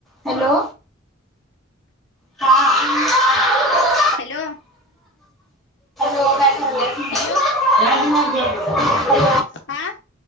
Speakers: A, in the centre; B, on the left.
A: hello <inaudible>
B: Hello
A: hello
B: hello
A: <inaudible>
B: आ